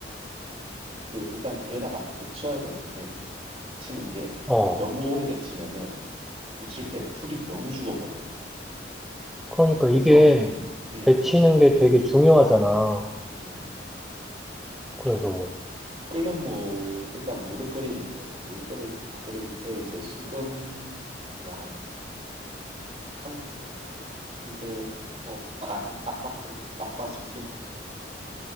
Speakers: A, on the right; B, in the centre.
A: 그 일단 물에다가 데쳐야 되는데 데치는 게
B: 어,
A: 너무 오래 데치면은 무칠 때 풀이 너무 죽어버려.
B: 그러니까
A: 그래서
B: 이게
A: 음, 음,
B: 데치는 게 되게 중요하잖아.
A: 음. 이렇게
B: 그래서 뭐,
A: 끓는 물 일단 물을 끓이는데 물 끓을 끓일 때 이제 소금 이제 한한 이제 뭐 반 아빠 큰 아빠 스푼